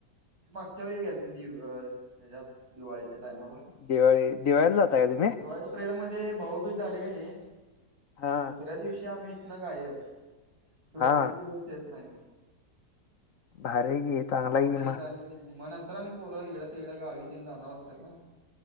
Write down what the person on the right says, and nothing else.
मागच्या वेळी गेल त, दि हेज्यात दिवाळीच्या टायमाला
<unintelligible> पिरेड मध्ये भाऊबीज झाले, का नाही?
दुसऱ्या दिवशी आम्ही तितन गायब, दोन-तीन
दिवस येत नाई, मग.
भाऊबीज
झाली. म नंतर, अन पोरं इगड-तिगड गावी, तेन जाणार असत्यात ना.